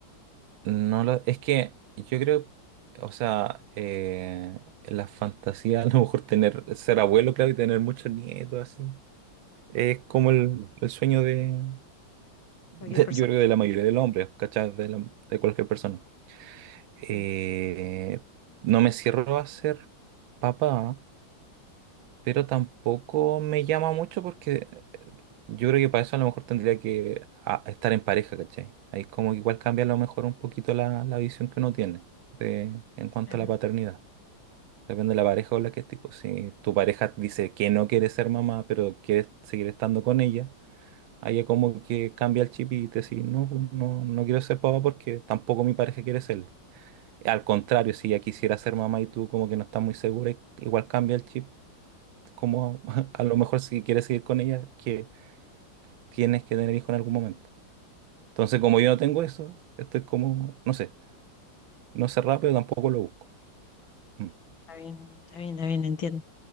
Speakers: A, on the right (about 85°); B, on the left (about 85°).
A: no lo, es que yo creo, o sea, eh, la fantasía <laughs> a lo mejor tener, ser abuelo, claro, y tener muchos nietos, así, es como el, el sueño de, de-
B: cualquier persona.
A: yo creo, que de la mayoría de los hombres, ¿cachai? De, la- de cualquier persona.
B: Ujú,
A: Eh, no me cierro a ser papá, pero tampoco me llama mucho porque eh, yo creo que para eso a lo mejor tendría que a- estar en pareja, ¿cachai? Ahí como que igual cambia a lo mejor un poquito la, la visión que uno tiene de, en cuanto
B: Claro.
A: a la paternidad. Depende de la pareja con la que estés. pues, Si tu pareja dice que no quiere ser mamá, pero quieres seguir estando con ella, ahí es como que cambia el chip y te dice no, pues, no, no quiero ser papá porque tampoco mi pareja quiere serlo. Al contrario, si ella quisiera ser mamá y tú como que no estás muy segura, i- igual cambia el chip. Como <laughs> a, lo mejor si quieres seguir con ella, que tienes que tener hijo en algún momento. Entonces, como yo no tengo eso, estoy como, no sé, no sé rápido tampoco lo busco. Mm.
B: Está bien, está bien, está bien, entiendo.